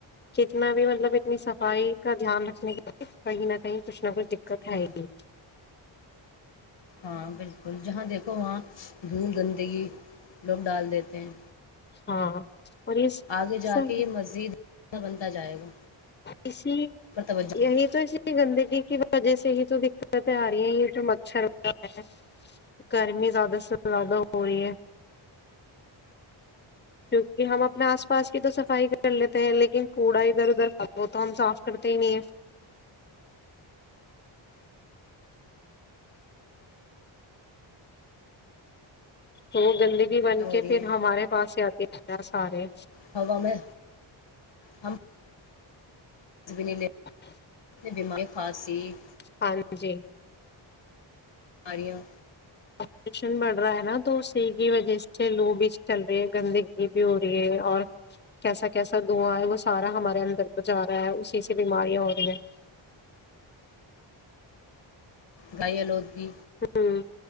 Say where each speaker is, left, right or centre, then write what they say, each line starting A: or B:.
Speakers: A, on the left; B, on the left.
A: کتنا بھی مطلب اتنی صفائی کا دھیان رکھنے کے لیے کہیں نہ کہیں کچھ نہ کچھ <inaudible>
B: ہم، ہاں بلکل جہاں دیکھو وہاں دھول گندگی لوگ ڈال دیتے ہیں
A: ہاں اور یہ
B: آگے جا
A: سب
B: کے یہ مزید بنتا جائے گا
A: اسی
B: پر توجہ دیں۔
A: یہی تو اسی گندی کی وجہ سے ہی تو دقتیں آ رہی ہیں یہ جو مچھر ہے گرمی زیادہ سے زیادہ ہو رہی ہے کیونکہ ہم اپنے آس پاس کی تو صفائی کر لیتے ہیں لیکن کوڑا ادھر ادھر خ ہو تو ہم صاف کرتے ہی نہیں ہیں ہو گندے بن
B: ہو
A: کے
B: رہی
A: پھر
B: ہیں
A: ہمارے پاس آ آ سارے
B: ہوا میں ہم <inaudible>
A: <inaudible>
B: لیتے بیماری خاصی
A: ہاں جی
B: بیماریاں
A: آپریشن بڑھ رہا ہے نا تو اسی کی وجہ سے لو بیچ چل رہی ہے گندگی بھی ہو رہی ہے اور کیسا کیسا دھواں ہے وہ سارا ہمارے اندر تو جا رہا ہے اسی سے بیماریاں ہو رہی ہیں
B: گائی آلوود کی
A: ہمم